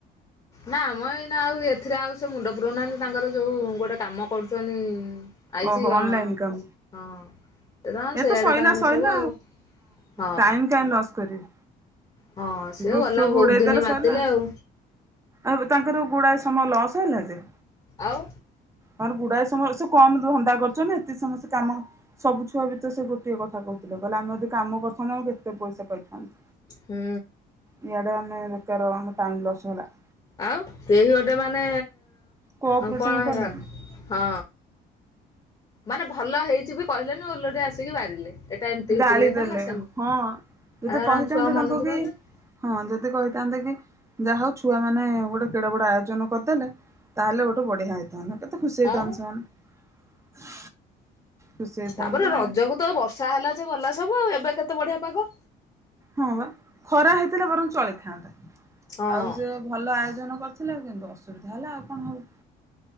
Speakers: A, on the left; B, on the right.
A: ନା ମ ଏଇନେ ଆଉ ଏଥିରେ ଆଉ ସେ ମୁଣ୍ଡ ପୁୁରୋଉ ନାହାନ୍ତି ତାଙ୍କର ଯୋଉ ଗୋଟେ କାମ କରୁଛନ୍ତି। ଆଇଛି
B: ଓହୋ
A: କଣ
B: ଅନଲାଇନ କାମ
A: ହଁ। <unintelligible>
B: ଏ
A: ସେଇଆଡ଼େ
B: ତ ସଇଲା
A: ତାଙ୍କର
B: ସଇଲା
A: ସବୁ ଆଉ ହଁ।
B: ଟାଇମ କାହିଁ ଲସ୍ କରିବେ
A: ହଁ ସିଏ
B: ଗ୍ରୁପ
A: ଗଲା
B: ଫ୍ରୁପ
A: ବହୁତ
B: ଉଡ଼େଇ
A: ଦିନ
B: ଦେଲେ
A: ମାତିଲେ
B: ସଇଲା
A: ଆଉ
B: ଆଉ ବି ତାଙ୍କର ଗୁଡ଼ାଏ ସମୟ ଲସ୍ ହେଲା ଯେ।
A: ଆଉ।
B: ତାଙ୍କର ଗୁଡ଼ାଏ ସମୟ ସେ କମ ଧନ୍ଦା କରିଛନ୍ତି ଏତେ ସମୟ ସେ କାମ ସବୁ ଛୁଆ ବି ତ ସେ ଗୋଟଏ କଥା କହୁଥିଲେ କହିଲେ ଆମେ ଯଦି କାମ କରିଥାନ୍ତୁ ଆମେ କେତେ ପଇସା ପାଇଥାନ୍ତୁ।
A: ହୁଁ।
B: ଇଆଡ଼େ ଆମେ ବେକାର ଆମ ଟାଇମ୍ ଲସ୍ ହେଲା।
A: ଆଉ କେହି ଗୋଟେ ମାନେ
B: କୋଅପରେଟିଭ
A: ଅଁ କଣ ହେଲା?
B: କଲେନି
A: ହଁ ମାନେ ଭଲ ହେଇଛି ବି କହିଲେନି ଓଲଟି ଆସିକି ବାରିଲେ ଏ ଟା ଏମିତି ହେଇଥିଲେ
B: ଗାଳି
A: ହେଇଥାନ୍ତା
B: ଦେଲେ
A: ସେମ
B: ହଁ ଯଦି
A: ଆ ଏରା
B: କହିଥାନ୍ତେ
A: ଛୁଆଙ୍କ ମନ
B: ତାଙ୍କୁ
A: ଦୁଃଖ
B: କି
A: ହେଲା ନା <unintelligible>
B: ହଁ ଯଦି କହିଥାନ୍ତେ କି ଯାହା ହୋଉ ଛୁଆ ମାନେ ଗୋଟେ କେଡ ବଡ଼ ଆୟୋଜନ କରିଦେଲେ। ତାହେଲେ ଗୋଟେ ବଢ଼ିଆ ହେଇଥାନ୍ତା। କେତେ ଖୁସି ହେଇଥାନ୍ତି
A: ଆଉ
B: ସେମାନେ ଖୁସି ହେଇଥାନ୍ତେ।
A: ତାପରେ ରଜକୁ ତ ବର୍ଷା ହେଲା ଯେ ଗଲା ସବୁ ଆଉ ଏବେ କେତେ ବଢ଼ିଆ ପାଗ।
B: ହଁ ବା ଖରା ହେଇଥିଲା ବରଂ ଚଳିଥାନ୍ତା
A: ହଁ
B: ଆଉ ସେ ଭଲ ଆୟୋଜନ କରିଥିଲେ କିନ୍ତୁ ଅସୁବିଧା ହେଲା ଆଉ କଣ ହବ।